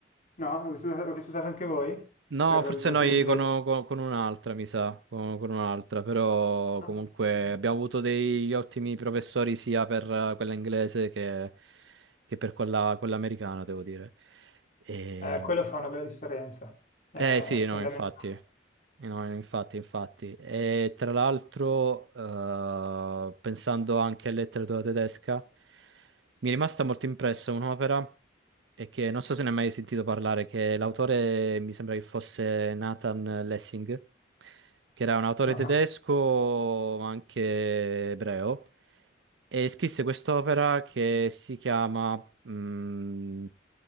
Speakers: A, on the left (about 40°); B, on the right (about 80°).
A: No, l'avete usata l'avete usata anche voi
B: No,
A: per la
B: forse
A: letteratura
B: noi
A: inglese?
B: con, con- con un'altra, mi sa, con, con un'altra, però
A: Ah,
B: comunque
A: ok.
B: abbiamo avuto degli ottimi professori sia per eh, quella inglese che, che per quella, quella americana, devo dire. E...
A: Eh, quello fa una bella differenza, è
B: Eh sì,
A: fondamentale.
B: no, infatti. No, infatti, infatti. E tra l'altro, eh, pensando anche a letteratura tedesca, mi è rimasta molto impressa un'opera e che non so se ne hai mai sentito parlare, che l'autore mi sembra che fosse Nathan Lessing, che era un autore
A: Ah,
B: tedesco, ma anche ebreo, e scrisse quest'opera che si chiama, mm,